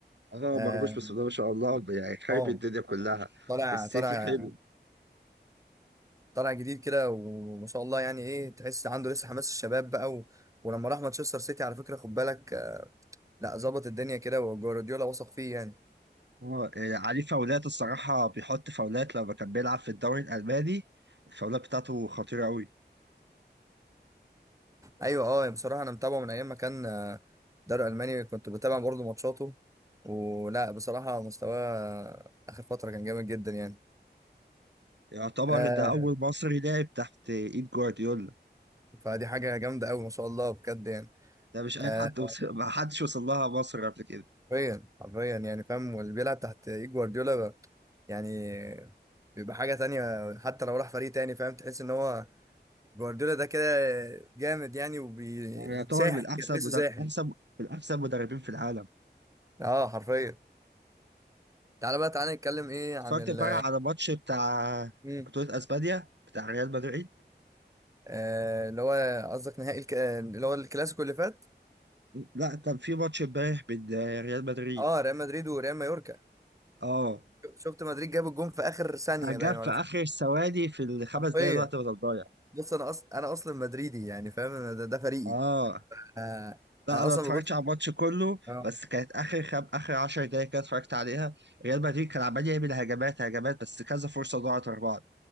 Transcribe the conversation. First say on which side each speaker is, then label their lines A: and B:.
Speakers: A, on the right; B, on the right.
A: اه
B: اه
A: مرموش بس ده ما شاء الله يعني خايب
B: آه.
A: الدنيا كلها
B: طالع
A: في السيتي
B: طالع
A: حلو
B: طالع جديد كده وما شاء الله يعني ايه تحس عنده لسه حماس الشباب بقى و... ولما راح مانشستر سيتي على فكره خد بالك آه، لا ظبط الدنيا كده وجوارديولا وثق فيه يعني
A: اه إيه، عليه فاولات الصراحة بيحط فاولات لما كان بيلعب في الدوري الألماني الفاولات بتاعته خطيرة أوي
B: ايوه اه بصراحه انا متابعه من ايام ما كان آه، دوري الماني كنت بتابع برضه ماتشاته ولا بصراحه مستواه آه، اخر فتره كان جامد جدا يعني
A: يعتبر
B: آه
A: ده أول مصري لعب تحت إيد جوارديولا
B: فدي حاجه جامده قوي ما شاء الله بجد يعني
A: ده مش أي
B: آه
A: حد وصل <laughs> ما حدش وصل لها مصر قبل كده
B: حرفيا حرفيا يعني فاهم واللي بيلعب تحت ايد جوارديولا بقى. يعني بيبقى حاجة تانية حتى لو راح فريق تاني فاهم تحس ان هو جوارديولا ده كده جامد يعني وبيساحر
A: هو يعتبر من أحسن
B: كده تحسه
A: مدرب
B: ساحر
A: أحسن من أحسن مدربين في العالم
B: اه حرفيا تعالى بقى تعالى نتكلم ايه عن
A: اتفرجت
B: ال
A: امبارح على ماتش بتاع
B: مم.
A: بطولة أسبانيا بتاع ريال مدريد
B: آه اللي هو قصدك نهائي الك... اللي هو الكلاسيكو اللي فات
A: لا كان في ماتش امبارح بين آه، ريال مدريد
B: اه ريال مدريد وريال مايوركا
A: اه
B: شفت مدريد جاب الجون في اخر ثانية
A: ده
B: باين
A: جاب
B: ولا
A: في
B: مش
A: اخر ثواني في الخمس
B: حرفيا
A: دقايق الوقت بدل ضايع
B: بص انا اصلا انا اصلا مدريدي يعني فاهم أنا ده, ده فريقي
A: اه
B: آه
A: لا
B: انا
A: انا
B: اصلا
A: ما اتفرجتش
B: ببص
A: على الماتش كله
B: اه
A: بس كانت اخر خم... اخر 10 دقايق كده اتفرجت عليها ريال مدريد كان عمال يعمل هجمات هجمات بس كذا فرصه ضاعت ورا بعض